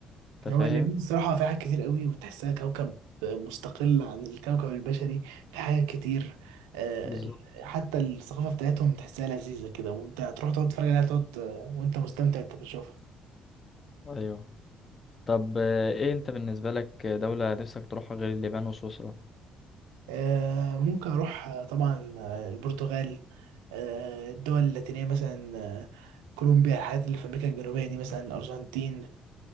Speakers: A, on the left; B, on the right.
A: انت
B: هو
A: فاهم
B: اليمين الصراحه في حاجات كتير قوي وتحسها كوكب مستقل عن الكوكب البشري في حاجات كتير آه،
A: بالظبط
B: حتى الثقافه بتاعتهم تحسها لذيذه كده وانت تروح تقعد تتفرج عليها تقعد آه، وانت مستمتع انت بتشوفها
A: ايوه طب آه، ايه انت بالنسبة لك دولة نفسك تروحها غير اليابان وسويسرا
B: آه، ممكن اروح آه، طبعا آه، البرتغال آه، الدول اللاتينيه مثلا آه، كولومبيا الحاجات اللي في امريكا الجنوبيه دي مثلا الارجنتين